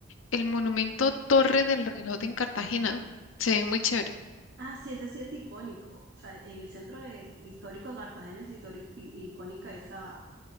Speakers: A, on the left; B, on the right.
A: El monumento Torre del Reloj en Cartagena. Se ve muy chévere.
B: Ah, sí, ese sí es icónico. O sea, en el centro de- histórico de Cartagena es histórico, icónica esa,